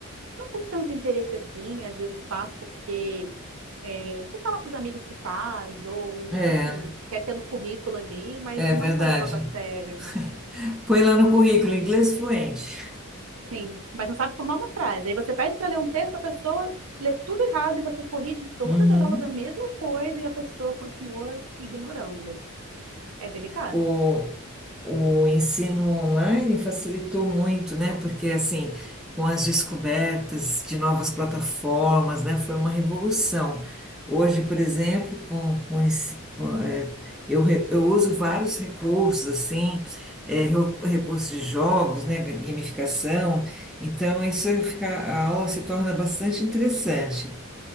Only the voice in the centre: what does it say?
É,
é
verdade.
<laughs> Põe lá no currículo, inglês fluente.
Uhum.
O, o ensino online facilitou muito, né? Porque, assim, com as descobertas de novas plataformas, né? Foi uma revolução. Hoje, por exemplo, com, com esse, com, é, eu, re- eu uso vários recursos, assim, é, re- recursos de jogos, né? Gamificação. Então, isso fica, a aula se torna bastante interessante.